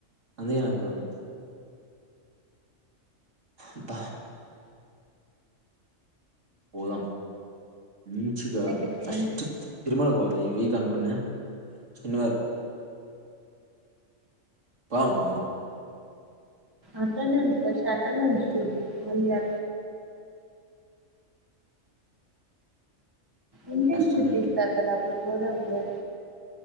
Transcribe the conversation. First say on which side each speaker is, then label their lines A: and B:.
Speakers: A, on the right; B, on the right.
A: అందుకే నాకు అబ్బ పోదం మంచిగా
B: ఎక్కడికైనా
A: ఫస్ట్ తిరుమల పొద్ ఈ వీక్ అనుకున్నా శనివార్ పదామా
B: అట్టనే ఉంచోచ్ అట్టనే ఉంచు చూడు మళ్ళీ అ ఇంటెర్న్షిప్
A: కష్టమే.
B: ఇస్తారు కదా అప్పుడు పోదాములె